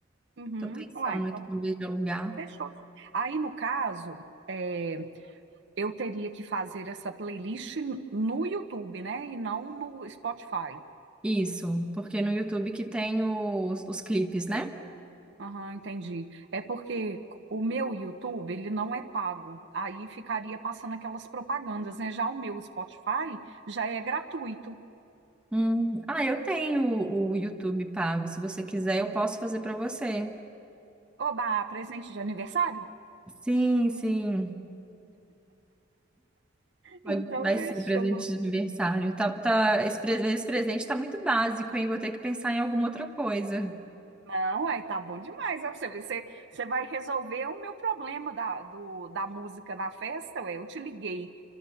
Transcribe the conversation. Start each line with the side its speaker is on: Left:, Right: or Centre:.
Right: Uhum.
Centre: Tô pensando
Right: Ué, então
Centre: aqui em vez de alugar.
Right: fechou. Aí, no caso, é, eu teria que fazer essa playlist no YouTube, né? E não no Spotify.
Centre: Isso, porque no YouTube que tem os, os clipes, né?
Right: Aham, entendi. É porque o meu YouTube, ele não é pago. Aí ficaria passando aquelas propagandas, né? Já o meu Spotify já é gratuito.
Centre: Hum, ah, eu tenho o o YouTube pago. Se você quiser, eu posso fazer para você.
Right: Oba, presente de aniversário?
Centre: Sim, sim. Pode-
Right: Então
Centre: vai
Right: fechou.
Centre: ser presente de aniversário. Tá, tá, esse, pre- esse presente tá muito básico, hein? Vou ter que pensar em alguma outra coisa.
Right: Não, aí tá bom demais. Ó, pra você ver, você, você vai resolver o meu problema da, do, da música na festa, ué. Eu te liguei